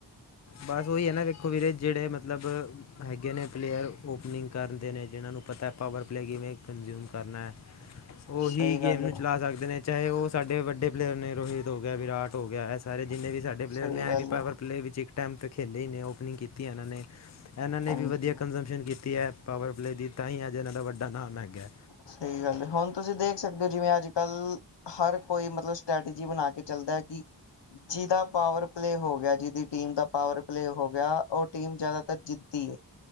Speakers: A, on the left (about 40°); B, on the left (about 80°).
A: ਬਸ ਉਹੀ ਹੈ ਨਾ ਵੇਖੋ ਵੀਰੇ ਜਿਹੜੇ ਮਤਲਬ ਹੈਗੇ ਨੇ ਪਲੇਅਰ ਓਪਨਿੰਗ ਕਰਨਦੇ ਨੇ ਜਿਨਾਂ ਨੂੰ ਪਤਾ ਪਾਵਰ ਪਲੇ ਕਿਵੇਂ ਕੰਜ਼ਿਊਮ ਕਰਨਾ ਹੈ ਉਹੀ
B: ਸਹੀ
A: ਗੇਮ
B: ਗੱਲ
A: ਨੂੰ
B: ਹੈ
A: ਚਲਾ ਸਕਦੇ ਨੇ ਚਾਹੇ ਉਹ ਸਾਡੇ ਵੱਡੇ ਪਲੇਅਰ ਨੇ ਰੋਹਿਤ ਹੋ ਗਿਆ ਵਿਰਾਟ ਹੋ ਗਿਆ ਇਸ ਸਾਰੇ ਜਿੰਨੇ ਵੀ ਸਾਡੇ ਪਲੇਅਰ
B: ਸਹੀ
A: ਨੇ
B: ਗੱਲ
A: ਇਹ ਵੀ ਪਾਵਰ
B: ਹੈ
A: ਪਲੇਅ ਵਿੱਚ ਇੱਕ ਟਾਈਮ ਤੋਂ ਖੇਲੇ ਹੀ ਨੇ ਓਪਨਿੰਗ ਕੀਤੀ ਹੈ ਇਹਨਾਂ ਨੇ ਇਹਨਾਂ ਨੇ
B: ਹਾਂਜੀ
A: ਵੀ ਵਧੀਆ ਕੰਜਮਪਸ਼ਨ ਕੀਤੀ ਹੈ ਪਾਵਰਪਲੇਅ ਦੀ ਤਾਂ ਹੀ ਅੱਜ ਇਹਨਾਂ ਦਾ ਵੱਡਾ ਨਾਮ ਹੈਗਾ
B: ਸਹੀ ਗੱਲ ਹੁਣ ਤੁਸੀਂ ਦੇਖ ਸਕਦੇ ਹੋ ਜਿਵੇਂ ਅੱਜ ਕੱਲ ਹਰ ਕੋਈ ਮਤਲਬ ਸਟ੍ਰੈਟਜੀ ਬਣਾ ਕੇ ਚੱਲਦਾ ਕਿ ਜਿਹਦਾ ਪਾਵਰ ਪਲੇਅ ਹੋ ਗਿਆ ਜਿਹਦੀ ਟੀਮ ਦਾ ਪਾਵਰ ਪਲੇਅ ਹੋ ਗਿਆ ਉਹ ਟੀਮ ਜਿਆਦਾਤਰ ਜਿੱਦੀ